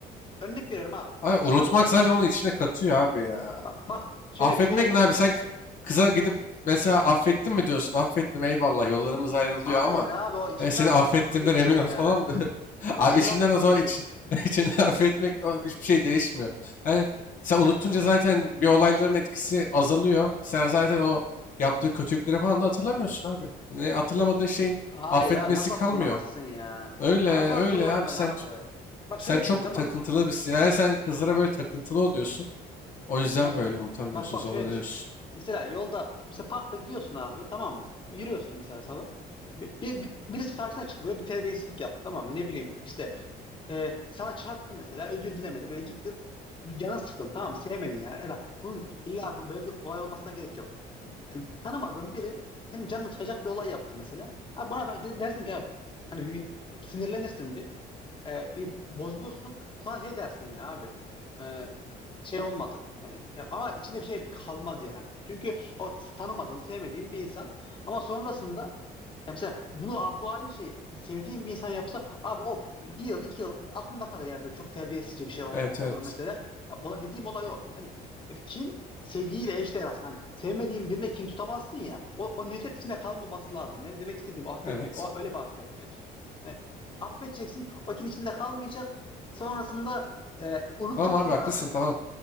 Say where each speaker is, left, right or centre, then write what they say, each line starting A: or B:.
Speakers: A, on the left (about 30°); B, on the left (about 50°).
A: örnek veriyorum abi.
B: Abi unutmak
A: Sırada...
B: zaten
A: <laughs>
B: onun içine katıyor abi ya.
A: Bak, bak şöyle
B: Affetmek
A: bir şöyle
B: ne abi?
A: bir-
B: Sen k- kıza gidip mesela affettin mi diyorsun? Affettim eyvallah yollarımız ayrılıyor
A: Hayır
B: ama
A: abi o içinde
B: e, seni
A: affetmek
B: affettiğimden
A: gibi bir şey
B: emin ol
A: ya.
B: falan mı? <laughs>
A: O
B: Abi
A: içinde
B: içinden
A: affetmek
B: o zaman için,
A: gibi.
B: <laughs> içinden affetmek o hiçbir şey değişmiyor. Yani sen unuttunca zaten bir olayların etkisi azalıyor. Sen zaten o yaptığı kötülükleri falan da hatırlamıyorsun abi. Ne hatırlamadığın şeyin
A: Hayır
B: affetmesi
A: abi nasıl
B: kalmıyor.
A: hatırlamazsın ya?
B: Öyle
A: Ay, Nasıl
B: öyle
A: hatırlamıyorsun
B: abi sen
A: abi?
B: ç-
A: Bak
B: sen
A: şöyle
B: çok
A: düşün tamam.
B: takıntılı
A: mı?
B: birsin. Yani sen kızlara böyle takıntılı oluyorsun. O yüzden
A: Bak
B: böyle unutamıyorsun,
A: bak bak
B: zorlanıyorsun.
A: şöyle düşün. Mesela yolda mesela parkta gidiyorsun abi tamam mı? Yürüyorsun mesela sabah. Bir, bir- bir- birisi karşına çıktı böyle bir terbiyesizlik yaptı tamam mı? Ne bileyim işte e, sana çarptı mesela özür dilemedi böyle gitti. Canın sıkıldı tamam mı? sevmedin yani. Eda, bunun illa bu- böyle bir olay olmasına gerek yok. Yani tanımadığın biri senin canını sıkacak bir olay yaptı mesela. Abi buna ben- de- dersin ki abi hani bir sinirlenirsin bir e, bir bozulursun sonra şey dersin yani abi e, şey olmadı. Yani e, ama içinde bir şey kalmaz yani. Çünkü o tanımadığın, sevmediğin bir insan ama sonrasında ya mesela bunu bu aynı şeyi bir sevdiğin bir insan yapsa abi o bir yıl iki yıl aklında kalır yani böyle çok terbiyesizce bir şey o-
B: Evet
A: o-
B: evet.
A: olur mesela. Ha, Ola, dediğim olay o. Hani e, kin sevgiyle eşdeğer aslında. Hani sevmediğin birine kin tutamazsın ya. O, o nefret içinde kalmaması lazım. Ben demek istediğim o affetmek.
B: Evet.
A: O öyle bir affetmek. Yani affedeceksin. O kin içinde kalmayacak. Sonrasında e, unutacaksın
B: Tamam abi haklısın
A: zaten.
B: tamam.